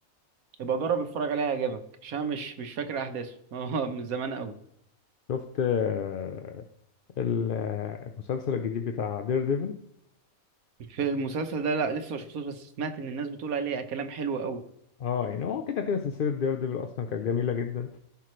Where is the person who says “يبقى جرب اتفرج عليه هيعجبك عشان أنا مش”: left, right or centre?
Right